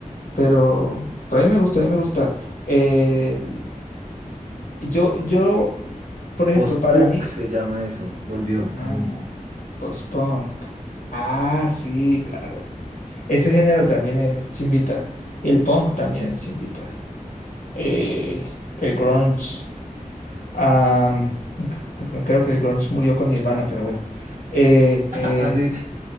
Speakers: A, on the left (about 75°); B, on the right (about 75°).
A: pero... Pero a mí me gusta, a mí me gusta. Eh, yo, yo, por ejemplo,
B: Post-punk
A: para mí...
B: se llama eso, volvió
A: Ah,
B: a mí.
A: no. post-punk. Ah, sí, claro. Ese género también es chimbita. El punk también es chimbita. Eh, el grunge. am, c- c- creo que el grunge murió con Nirvana, pero bueno. Eh, eh,
B: <laughs> Así